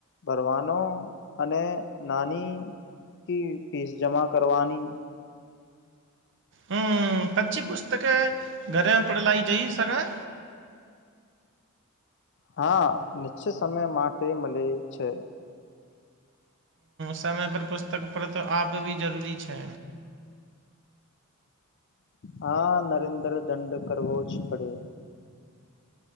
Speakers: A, on the left; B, on the right.
A: ભરવાનો અને નાની <unintelligible> ફીસ જમા કરવાની.
B: હમ, અચ્છી પુસ્તક ઘરે પડલાઈ જઈ શકાય?
A: હા, નિશ્ચિત સમય માટે મલે છે.
B: સમય પર પુસ્તક આપવી જરૂરી છે.
A: હા, નરેન્દ્ર દંડ કરવો જ પડે.